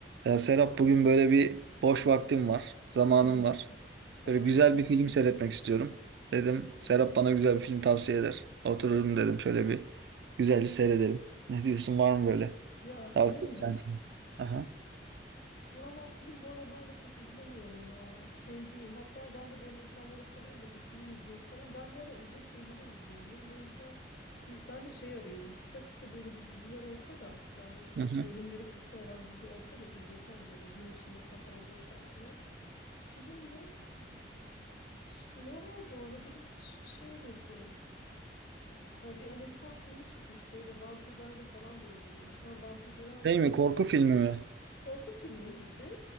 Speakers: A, on the right; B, on the left.
A: Ya Serap bugün böyle bir boş vaktim var, zamanım
B: Hı.
A: var.
B: Vay.
A: Böyle güzel bir film seyretmek istiyorum. Dedim
B: Tamam.
A: Serap bana güzel bir film tavsiye eder. Otururum dedim şöyle bir güzelce seyrederim. Ne diyorsun var mı böyle
B: Ya
A: tavsiye
B: film
A: edeceğin
B: mi?
A: film? Aha.
B: Valla film bu ara ben de pek izlemiyorum ya. Şey değil. Hatta ben de böyle insanlara sorayım da bir film izleyeyim falan. Ben bu ara uzun şeyleri izleyemiyorum. O yüzden di- ben de şey arıyordum. Kısa kısa böyle bir diziler olsa da daha doğrusu
A: Hı hı.
B: bölümleri kısa olan dizi olsa da izlesem böyle gün içinde kafamı boşaltmaya. Filmde ş- ne var bu arada? Birisi ş- şey dedi. Ha, Bir Amerikan filmi çıkmış böyle vampirlerle falan da ilgiliymiş. Hem vampirleri anlatıyormuş.
A: Şey mi korku filmi mi?
B: Korku filmi gibi.